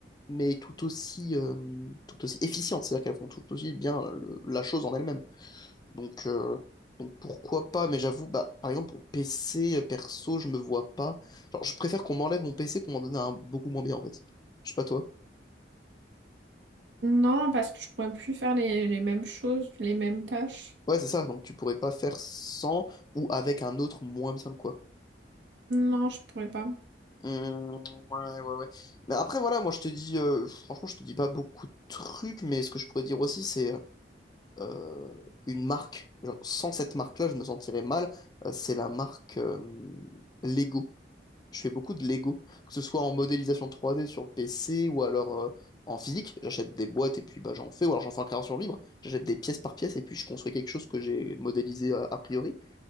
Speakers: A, on the left (about 25°); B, on the right (about 80°).
A: mais tout aussi, euh, tout aussi efficientes, c'est-à-dire qu'elles font tout aussi bien le- la chose en elle-même. Donc, euh, donc pourquoi pas, mais j'avoue, bah, par exemple, pour PC, euh, perso, je me vois pas. Genre, je préfère qu'on m'enlève mon PC qu'on m'en donne un beaucoup moins bien, en fait. Je sais pas toi.
B: Non, parce que je pourrais plus faire les les mêmes choses, les mêmes tâches.
A: Ouais, c'est ça, donc tu pourrais pas faire sans ou avec un autre moins bien, quoi.
B: Non, je pourrais pas.
A: Hum, ouais, ouais, ouais. Mais après, voilà, moi, je te dis, euh, franchement, je te dis pas beaucoup de trucs, mais ce que je pourrais dire aussi, c'est euh, une marque. Genre, sans cette marque-là, je me sentirais mal. Euh, c'est la marque euh, Lego. Je fais beaucoup de Lego, que ce soit en modélisation 3D sur le PC ou alors euh, en physique. J'achète des boîtes et puis bah, j'en fais, ou alors j'en fais en création libre. J'achète des pièces par pièce et puis je construis quelque chose que j'ai modélisé euh, a priori.